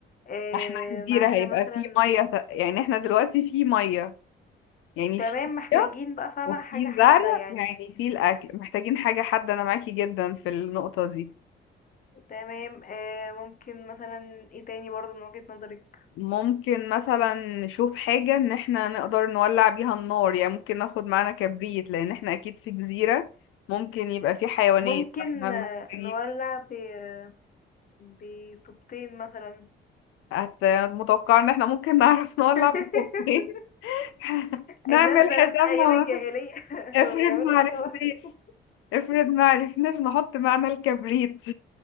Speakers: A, on the left (about 45°); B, on the left (about 90°).
A: آه،
B: احنا جزيرة
A: معانا
B: هيبقى
A: مثلا
B: في مية ت- يعني احنا دلوقتي في مية يعني
A: تمام
B: في
A: محتاجين
B: مية
A: بقى فاهمة
B: وفي
A: حاجة حادة
B: زرع
A: يعني
B: يعني في الأكل محتاجين حاجة حد أنا معاكي جدا في النقطة دي
A: تمام آه ممكن مثلا ايه تاني برضه من وجهة نظرك
B: ممكن مثلا نشوف حاجة إن احنا نقدر نولع بيها النار يعني ممكن ناخد معانا كبريت لأن احنا أكيد في جزيرة ممكن يبقى في حيوانات
A: ممكن
B: فاحنا محتاجين
A: آه نولع ب آه، بطوبتين مثلا
B: هت- متوقع إن احنا ممكن نعرف نولع
A: <laughs>
B: بخوفين <laughs> نعمل
A: الناس زمان
B: حسابنا
A: ايام الجاهلية <laughs>
B: افرض
A: كانوا بيعملوا
B: ما عرفناش
A: كده برضه
B: افرض ما عرفناش نحط معنى الكبريت